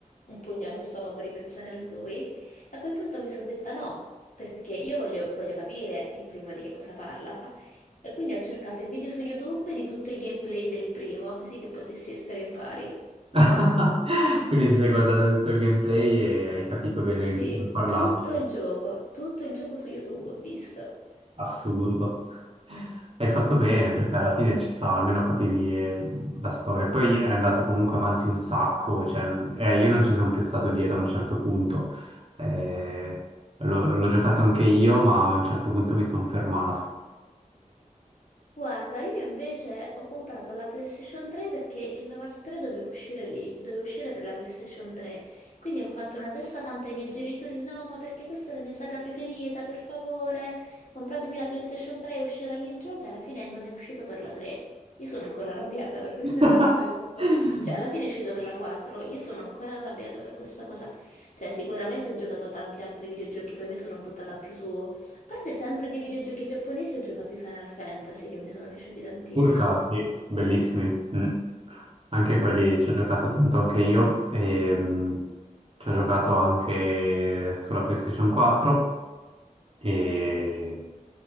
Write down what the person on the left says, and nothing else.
un pugno allo stomaco ripensare a lui. A quel punto mi sono detta no, perché io voglio, voglio capire il primo di che cosa parla. E quindi ho cercato i video su YouTube di tutto il gameplay del primo, così che potessi essere in pari.
Sì,
tutto
il gioco, tutto il gioco su YouTube ho visto.
Guarda, io invece ho comprato la PlayStation 3 perché Kingdom Hearts 3 doveva uscire lì, doveva uscire per la PlayStation 3. Quindi ho fatto una testa tanta ai miei genitori, no, ma perché questa è la mia saga preferita, per favore, compratemi la PlayStation 3 e uscirà lì il gioco e alla fine non è uscito per la 3. Io sono ancora arrabbiata per questa
<laughs> cosa comunque. Cioè, alla fine è uscito per la 4, io sono ancora arrabbiata per questa cosa. Cioè, sicuramente ho giocato a tanti altri videogiochi, poi mi sono buttata più su parte sempre di videogiochi giapponesi, ho giocato i Final Fantasy che mi sono piaciuti tantissimo.